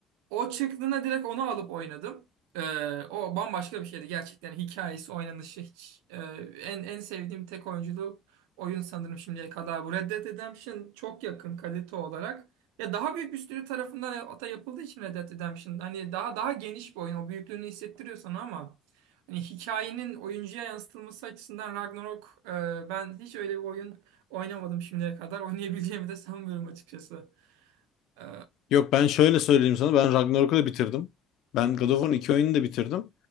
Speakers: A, on the right; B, on the left.
A: O çıktığında direkt onu alıp oynadım. E, o bambaşka bir şeydi gerçekten. Hikayesi, oynanışı hiç e, en en sevdiğim tek oyunculu oyun sanırım şimdiye kadar bu. Red Dead Redemption çok yakın kalite olarak. Ya daha büyük bir stüdyo tarafından ata yapıldığı için Red Dead Redemption hani daha daha geniş bir oyun. O büyüklüğünü hissettiriyor sana ama Hani hikayenin oyuncuya yansıtılması açısından Ragnarok e, ben hiç öyle bir oyun oynamadım şimdiye kadar. Oynayabileceğimi de sanmıyorum açıkçası. E,
B: Yok ben şöyle söyleyeyim sana. Ben Ragnarok'u da bitirdim. Ben God of War'un iki oyununu da bitirdim.